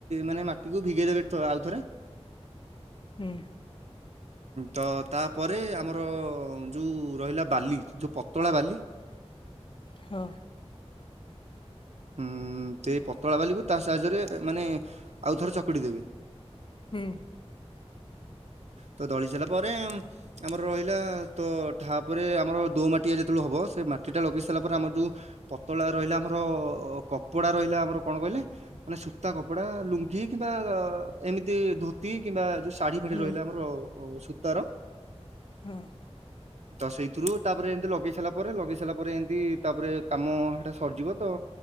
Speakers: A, on the right; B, on the left.
A: ମାନେ ମାଟିକୁ ଭିଗେଇ ଦେବେ ଆଉଥରେ।
B: ହୁଁ।
A: ତ ତାପରେ ଆମର ଯଉ ରହିଲା ବାଲି ଯଉ ପତଳା ବାଲି
B: ହଁ
A: ହୁଁ ତେଇ ପତଳା ବାଲିକୁ ତା ସାହାଯ୍ୟରେ ମାନେ ଆଉ ଥରେ ଚକଟି ଦେବେ।
B: ହୁଁ
A: ତ ଦଳି ସାଇଲା ପରେ ଉମ ଆମର ରହିଲା ତ ଠାପରେ ଆମର ଦୋମାଟିଆ ଯେତେବେଳକୁ ହବ ସେ ମାଟିଟା ଲଗେଇ ସାରିଲା ପରେ ଆମର ଯଉ ପତଳା ରହିଲା ଆମର କପଡ଼ା ରହିଲା ଆମର କଣ କହିଲେ ମାନେ ସୂତା କପଡ଼ା ଲୁଙ୍ଗି କିମ୍ବା ଏମିତି ଧୋତି କିମ୍ବା ଯୋଉ ଶା ଫାଡ଼ି
B: ହୁଁ
A: ରହିଲା ଆମର ସୁତାର
B: ହଁ
A: ତ ସେଇଥିରୁ ତାପରେ ଏମିତି ଲଗେଇ ସାଇଲା ପରେ ଲଗେଇ ସାଇଲା ପରେ ଏମିତି ତାପରେ କାମ ହେଟା ସରିଯିବ ତ